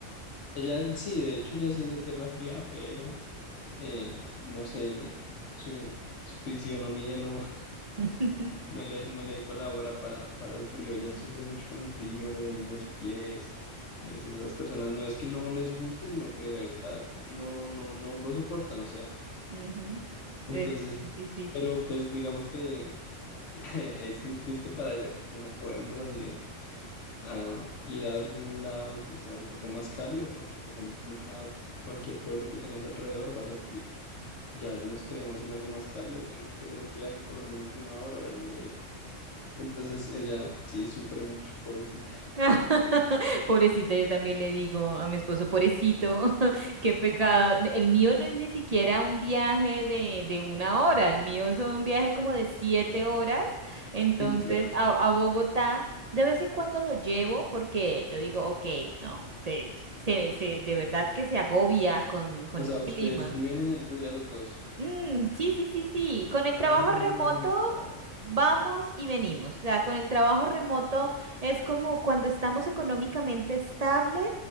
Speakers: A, on the left (about 70°); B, on the right (about 40°).
A: Ella sí, de hecho, ella sí es de tierra fría, pero eh, no sé, le- su, su fisionomía no,
B: <laughs>
A: No le, no le colabora para, para el frío, ya sufre mucho con el frío, le duelen los pies. Es, esas personas no es que no les guste, sino que de verdad no, no, no lo soportan, o sea.
B: Ujú,
A: Entonces,
B: Es muy difícil.
A: pero pues digamos que <laughs> es muy triste para ella porque no podemos así a ir a algún lado donde sea un poco más cálido, porque pues en Tunja, cualquier pueblo que tengas alrededor va a ser frío. Ya si nos queremos ir a algo más cálido, tenemos que hacer un viaje por lo menos de una hora, hora y media. Entonces ella sí sufre mucho, pobrecita. <laughs>
B: <laughs> Pobrecita, yo también le digo a mi esposo, pobrecito, <laughs> qué pecado. El mío no es ni siquiera un viaje de, de una hora, el mío es un viaje como de siete horas. Entonces,
A: Mm, Claro.
B: a, a Bogotá, de vez en cuando lo llevo porque yo digo, ok, no, se, se, se- de verdad que se agobia con, con
A: O
B: el
A: sea, ustedes
B: clima.
A: viven en el Huila los dos.
B: Mm, sí, sí, sí, sí. Con el
A: Ah,
B: trabajo remoto
A: claro,
B: vamos y venimos. O sea, con el trabajo remoto es como cuando estamos económicamente estables,